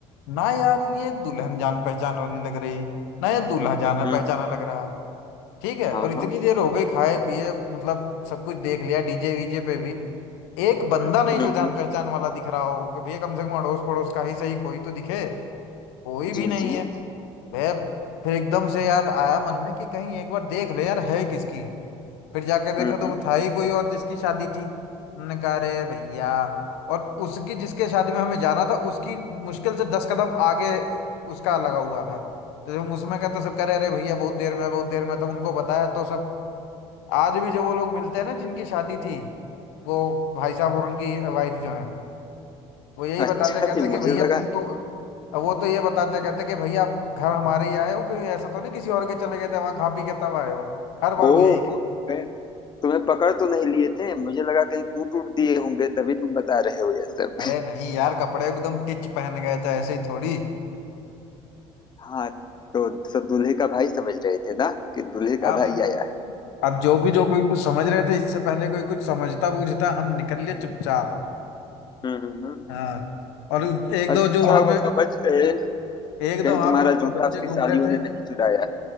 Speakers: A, on the left; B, on the left.
A: ना यार ये दुल्हन जान पहचान वाली लग रही ना ये दूल्हा जाना
B: हम्म,
A: पहचाना लग रहा ठीक है
B: हाँ
A: और इतनी
B: हाँ
A: देर हो गई खाए पिए मतलब सब कुछ देख लिया डीजे वीजे पे भी एक बंदा नहीं
B: हम्म
A: जो जान
B: हम्म,
A: पहचान वाला दिख रहा हो कि भैया कम से कम अड़ोस पड़ोस का ही सही कोई तो दिखे कोई भी
B: जी
A: नहीं
B: जी
A: है मैं फिर एकदम से यार आया मन में कि कहीं एक बार देख ले यार है किसकी फिर जाके देखा
B: हम्म
A: तो
B: हम्म।
A: वो था ही कोई और जिसकी शादी थी हमने कहा अरे भैया और उसकी जिसके शादी में हमें जाना था उसकी मुश्किल से दस कदम आगे उसका लगा हुआ था तो जब हम उसमें गए तो सब कह रहे अरे भैया बहुत देर में है, बहुत देर में है।" तब उनको बताया तो सब आज भी जो वो लोग मिलते हैं ना जिनकी शादी थी वो भाई साहब और उनकी वाइफ जो है वो यही
B: अच्छा
A: बताते कहते
B: जी
A: कि
B: मुझे
A: भैया
B: लगा
A: तुम तो वो तो ये बताते कहते कि भैया आप घर हमारे ही आए हो कि ऐसा तो नहीं किसी और के चले गए थे वहां खा पी के तब आए हो हर
B: ओ
A: बार वो यही
B: कहीं तुम्हें पकड़ तो नहीं लिए थे मुझे लगा कहीं कूट उट दिए होंगे तभी तुम बता रहे हो ये सब
A: अरे नहीं यार कपड़े एकदम टिच पहन गए थे ऐसे ही थोड़ी
B: हाँ तो सब दूल्हे का भाई समझ रहे थे ना कि दूल्हे
A: अब
B: का भाई आया है
A: अब जो भी जो कोई कुछ समझ रहे थे इससे पहले कोई कुछ समझता बूझता हम निकल लिए चुपचाप
B: हम्म
A: हाँ और एक
B: अच्छा
A: दो जो वहां
B: हुआ
A: पे
B: बच गए
A: एक
B: कहीं
A: दो वहां
B: तुम्हारा
A: पे
B: जूता
A: बच्चे
B: उसकी
A: घूम
B: सालियों
A: रहे थे
B: ने नहीं चुराया